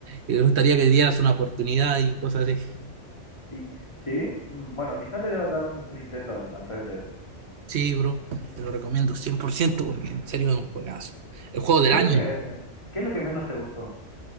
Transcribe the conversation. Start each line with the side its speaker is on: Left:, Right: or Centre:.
Right: eh, me gustaría que dieras una oportunidad y cosas así.
Left: ¿Y, sí? Mm, Bueno, quizás le deba dar un, un intento al, al Red Dead.
Right: Sí, bro, te lo recomiendo 100% porque en serio es un juegazo. El juego del
Left: ¿Qué
Right: año,
Left: es lo que, qué es lo que menos te gustó?